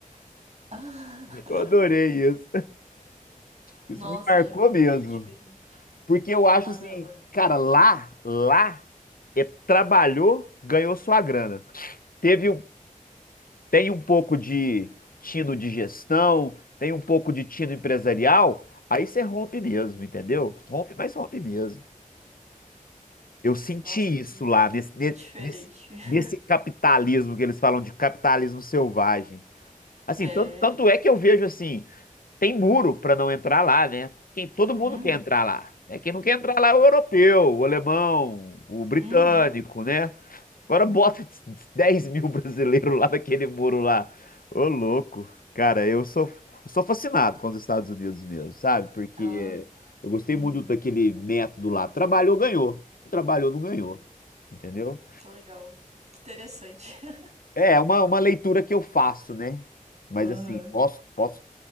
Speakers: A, on the right (about 50°); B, on the left (about 85°).
A: <laughs> Ah,
B: Eu adorei isso. Isso
A: Nossa,
B: me marcou
A: é
B: mesmo.
A: bem diferente.
B: Porque eu acho
A: Ah,
B: assim,
A: não. é.
B: cara, lá, lá, é, trabalhou, ganhou sua grana. Teve, um- tem um pouco de tino de gestão, tem um pouco de tino empresarial, aí você rompe mesmo, entendeu? Rompe, mas rompe mesmo. Eu senti
A: Nossa, que,
B: isso lá, nesse, ne-
A: que diferente.
B: nesse,
A: <laughs>
B: nesse capitalismo que eles falam de capitalismo selvagem. Assim,
A: É.
B: tanto, tanto é que eu vejo assim, tem muro para não entrar lá, né? Quem, todo mundo
A: Uhum,
B: quer entrar lá. Né? Quem não quer entrar lá é o europeu, o alemão, o britânico,
A: uhum.
B: né? Agora bota 10 mil brasileiros lá naquele muro lá. Ô, louco. Cara, eu sou, eu sou fascinado com os Estados Unidos mesmo, sabe? Porque
A: Ah,
B: eu gostei
A: uhum.
B: muito daquele método lá. Trabalhou, ganhou. Não Trabalhou, não ganhou. Entendeu?
A: Que legal. Que interessante. <laughs>
B: É é uma, uma leitura que eu faço, né? Mas
A: Aham.
B: assim, posso, posso